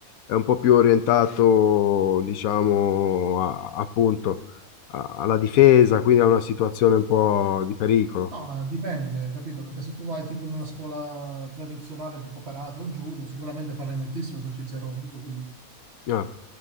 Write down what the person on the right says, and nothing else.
No, ma dipende, capito? Perché se tu vai tipo in una scuola tradizionale tipo karate o judo, sicuramente farai moltissimo esercizio aerobico, quindi